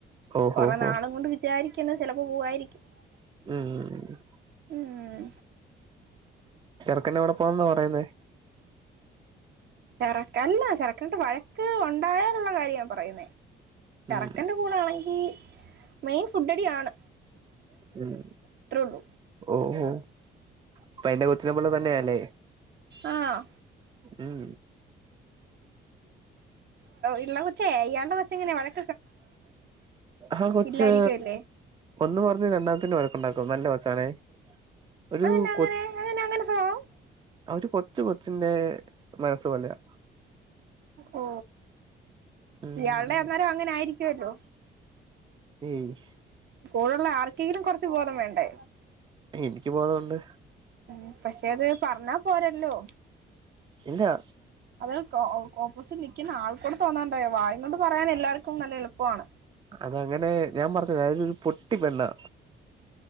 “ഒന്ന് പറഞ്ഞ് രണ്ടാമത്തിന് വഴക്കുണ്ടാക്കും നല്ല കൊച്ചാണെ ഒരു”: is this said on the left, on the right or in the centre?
Right